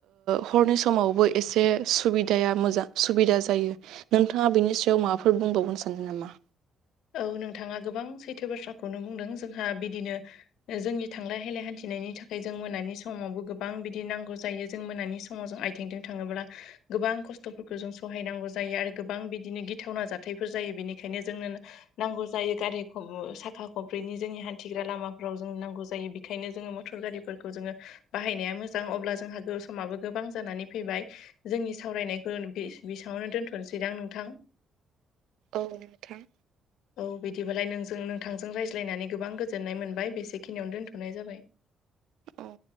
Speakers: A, on the right; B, on the left.
A: हरनि समावबो एसे सुबिदाया मोजां सुबिदा जायो नोंथाङा बिनि सायाव माबाफोर बुंबावनो सानदों नामा
B: औ नोंथाङा गोबां सैथो बाथ्राखौनो बुंदों जोंहा बिदिनो जोंनि थांलाय हैलाय हान्थिनायनि थाखाय जों मोनानि समावबो गोबां बिदि नांगौ जायो जों मोनानि समाव जों आ बिथिंदों थाङोब्ला गोबां खस्थ'फोरखौ जों सहायनांगौ जायो आरो गोबां बिदिनो गिथावना जा थायफोर जायो बेनिखायनो जोंनो नांगौ जायो गारि साखा खब्रैनि जोंनि हान्थिग्रा लामाफोराव जों नांगौ जायो। बेखायनो जोङो मटर गारिफोरखौ जोङो बाहायनाया मोजां अब्ला जोंहा गो समाबो गोबां जानानै फैबाय। जोंनि सावरायनायखौ बेसेयावनो दोन्थ'नोसैदां नोंथां
A: औ नोंथां
B: औ बिदिबालाय नोंजों नोंथांजों रायज्लायनानै गोबां गोजोननाय मोनबाय बेसेखिनियावनो दोनथ'नाय जाबाय।
A: औ